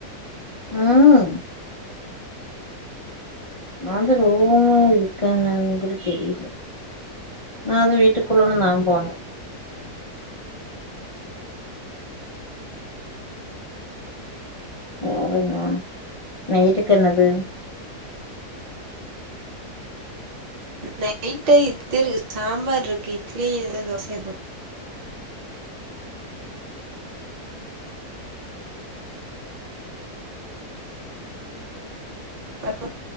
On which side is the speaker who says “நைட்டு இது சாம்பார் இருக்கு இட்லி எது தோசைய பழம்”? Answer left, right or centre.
Right